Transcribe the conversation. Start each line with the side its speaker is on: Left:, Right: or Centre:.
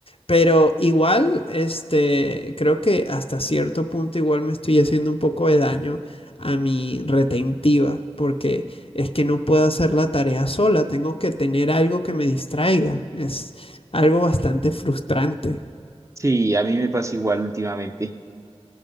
Left: Pero igual, este, creo que hasta cierto punto igual me estoy haciendo un poco de daño a mi retentiva, porque es que no puedo hacer la tarea sola, tengo que tener algo que me distraiga. Es algo bastante frustrante.
Right: sí, a mí me pasa igual últimamente.